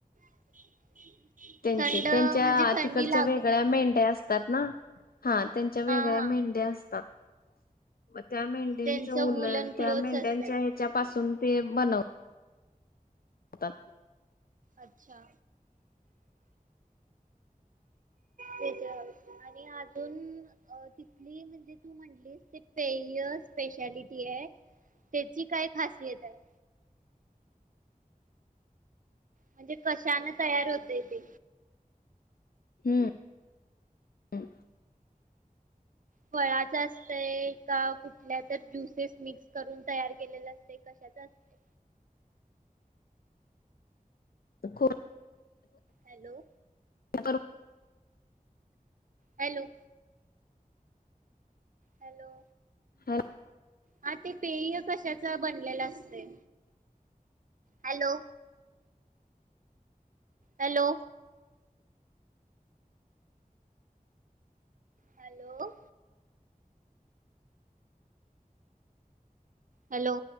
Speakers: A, on the right (about 60°); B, on the left (about 80°).
A: <inaudible>
B: त्यांचे
A: थंड
B: त्यांच्या
A: म्हणजे थंडी
B: तिकडच्या
A: लागू
B: वेगळ्या
A: नये
B: मेंढ्या असत त्यात ना. हा त्यांच्या वेगळ्या
A: हा हा
B: मेंढ्या असतात. <inaudible> त्या मेंढ्यांच
A: त्यांचं
B: उल
A: वुलन क्लोथ्स
B: त्या मेंढ्यांच्या
A: असतात.
B: ह्याच्यापासून, ते बनव तात.
A: अच्छा, तेज आणि अजून अ तिथली म्हणजे तू म्हण लीस ते पेय स्पेशालिटीय आहे तेची काय खासियतय. म्हणजे कशानं तयार होतय ते.
B: हम्म. <inaudible>
A: फळाच असतय, का कुठल्या तर ज्युसेस मिक्स करून तयार केलेलं असतय कशाच असतय.
B: खुर
A: हॅलो.
B: <unintelligible>
A: हॅलो. हॅलो.
B: हॅल
A: हा ते पेय कशाच बनलेलं असतय. हॅलो. हॅलो. हॅलो. हॅलो.